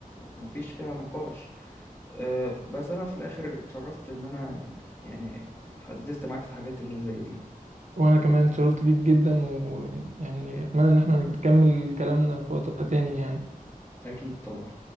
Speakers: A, on the left (about 15°); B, on the right (about 55°).
A: مفيش فيها نقاش آه بس انا في الاخر اتشرفت ان انا يعني اتحدثت معاك في الحاجات اللي زي دي
B: وانا كمان اتشرفت بيك جدا ويعني اتمنى ان احنا نكمل كلامنا في وقت تاني يعني
A: واكيد طبعا